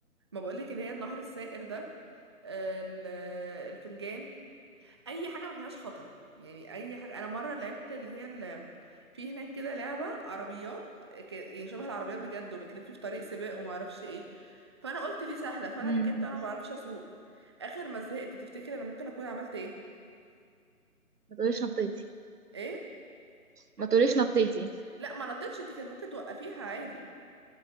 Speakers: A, on the right (about 20°); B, on the right (about 85°).
A: ما بقولك اللي هي النهر السائر ده آه، ال- الفنجان اي حاجه ما فيهاش خطر يعني اي حاجه انا مره لعبت اللي هي اللي في هناك كده لعبه عربيات ك- يعني شبه العربيات بجد وبتلف في طريق سباق وما اعرفش ايه فانا قلت دي سهله فانا
B: مم.
A: ركبت انا ما بعرفش اسوق اخر ما زهقت تفتكر انا ممكن اكون عملت ايه
B: ما تقوليش نطيتي
A: ايه
B: ما تقوليش نطيتي
A: لا ما نطيتش انت كان ممكن توقفيها عادي